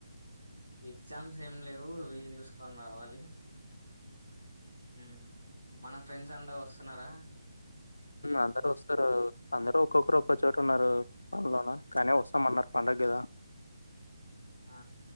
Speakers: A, on the right; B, on the left.
A: ఎగ్జామ్స్ ఏం లేవు వీలు చూసుకొని రావాలి ఉమ్ మన ఫ్రెండ్స్ అందరు వస్తున్నారా
B: అందరు వస్తరు అందరుూ ఒక్కొక్కరు ఒక్కో చోట ఉన్నారు పనులోన కానీ వస్తామన్నారు పండుగ గదా
A: ఆ